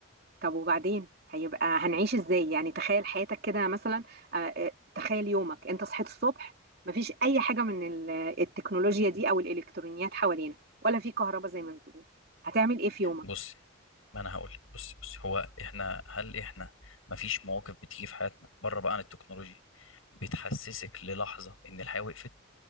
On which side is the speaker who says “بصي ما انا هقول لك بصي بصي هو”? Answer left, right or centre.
Left